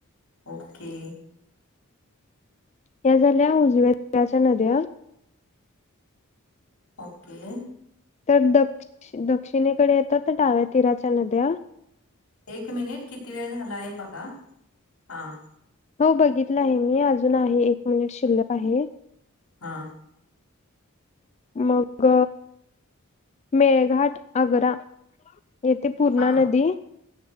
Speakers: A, on the left (about 85°); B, on the left (about 30°).
A: ओके.
B: या झाल्या, उजव्या तिराच्या नद्या.
A: ओके.
B: तर दक्ष - दक्षिणेकडे येतात त्या, डाव्या तिराच्या नद्या.
A: एक मिनिट. किती वेळ झालाय, बघा. हा.
B: हो, बघितलं आहे मी. अजून आहे. एक मिनिट शिल्लक आहे.
A: हा.
B: मग, मेळघाट - आग्रा येथे पूर्णा
A: हा
B: नदी.